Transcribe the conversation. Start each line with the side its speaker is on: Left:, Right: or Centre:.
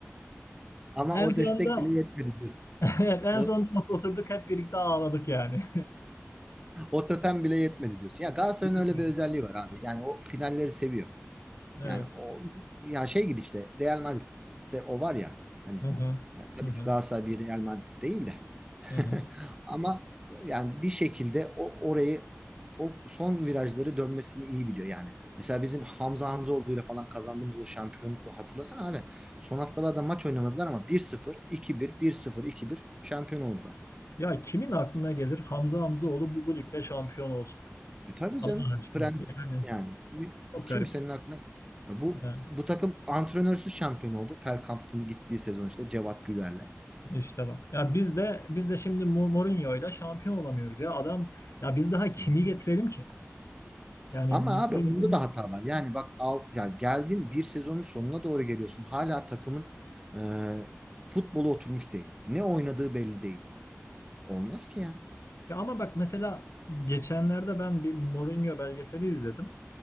Right: Ama
Left: En
Right: o
Left: sonunda
Right: destek bile yetmedi diyorsun.
Left: <laughs> evet en
Right: O,
Left: sonunda ot- oturduk hep birlikte ağladık yani.
Right: o totem bile yetmedi diyorsun. Ya Galatasaray'ın
Left: <laughs> Keyifliydi.
Right: öyle bir özelliği var abi. Yani o finalleri seviyor.
Left: Evet.
Right: Yani o ya şey gibi işte Real Madrid'de o var ya hani
Left: Hı hı.
Right: yani tabii
Left: Hı hı.
Right: ki Galatasaray bir Real Madrid değil de
Left: Hı hı.
Right: <laughs> ama yani bir şekilde o orayı o son virajları dönmesini iyi biliyor yani. Mesela bizim Hamza Hamzaoğlu'yla falan kazandığımız o şampiyonlukla hatırlasana abi. Son haftalarda maç oynamadılar ama bir sıfır iki bir bir sıfır iki bir şampiyon oldular.
Left: Ya kimin aklına gelir Hamza Hamzaoğlu bu, bu ligde şampiyon olacak?
Right: E tabii
Left: Allah
Right: canım.
Left: aşkına.
Right: Prend
Left: Yani
Right: yani
Left: çok
Right: kimsenin
Left: garip.
Right: aklına bu
Left: Ee,
Right: bu takım antrenörsüz şampiyon oldu. Feldkamp'ın gittiği sezon işte Cevat Güler'le.
Left: İşte bak. Ya biz de biz de şimdi Mo- Mourinho'yla şampiyon olamıyoruz ya. Adam ya biz daha kimi
Right: Hı.
Left: getirelim ki? Yani
Right: Ama
Left: Mourinho'nun
Right: abi onda da hata var. Yani bak al, yani geldin bir sezonun sonuna doğru geliyorsun. Hala takımın e, futbolu oturmuş değil. Ne oynadığı belli değil yani. Olmaz ki ya.
Left: ya ama bak mesela geçenlerde ben bir Mourinho belgeseli izledim.